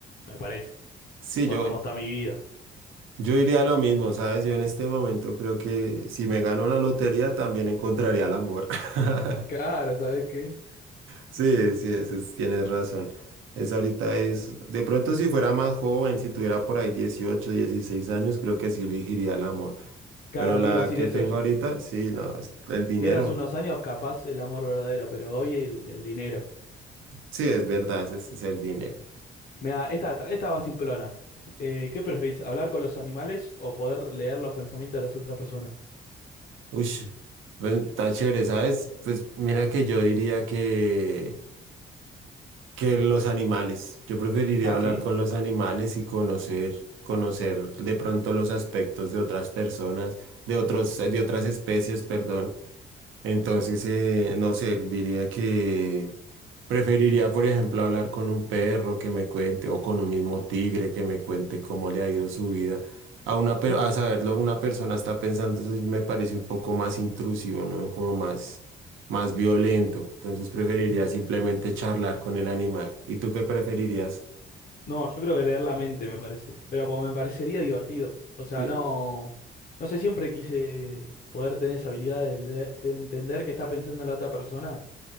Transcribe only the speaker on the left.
me parece,
por
cómo está mi vida.
Claro, ¿sabes qué?
Claro,
te iba a decir
eso.
Si
si eras unos años, capaz el amor verdadero, pero hoy el, el dinero.
Mira, esta, esta esta va simplona. Eh, ¿qué preferís, hablar con los animales o poder leer los pensamientos de las otras personas?
Ah,
¿sí?
<laughs> Ah,
No, yo creo que leer la mente me parece, pero como me parecería divertido. O sea,
no, no sé, siempre quise poder tener esa habilidad de, leer- de entender qué está pensando la otra persona.